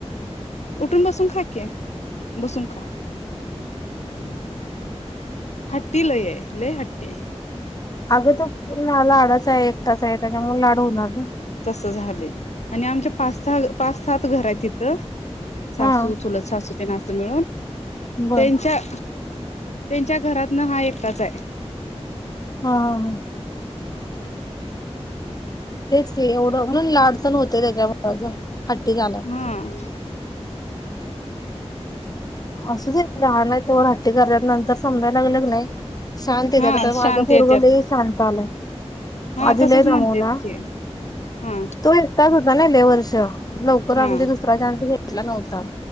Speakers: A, on the left; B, on the left.
A: उठून बसून खा की बसून खा <unintelligible> हट्टी लय आहे लय हट्टी हाय
B: अगं तो पण लाडाचा हाय एकटाच आहे त्याच्यामुळे लाड होणार ना
A: तस झालंय आणि आमच्या पाच सहा पाच सात घर आहेत हिथं सासू
B: हा
A: चुलत सासू तेन असं मिळून
B: बर
A: त्यांच्या त्यांच्या घरात ना हा एकटाच हाय
B: हा हा हा तेच की एवढं म्हणून लाड तेन होतंय त्याच्यामुळं हट्टी झालाय.
A: हम्म
B: असुदे लहान आहे तवर हट्टी करतात नंतर समजायला लागलं कनाही शांत येतात
A: हा
B: आता
A: शांत
B: माझं पोरगं
A: येत्यात
B: लई शांत आलंय
A: हा
B: आधी
A: तसच
B: लय दमवला,
A: म्हणतेत की हा
B: तोय <unintelligible> होता नई लय वर्ष, लवकर
A: हा
B: आमज दुसरा चान्स घेतला नव्हता,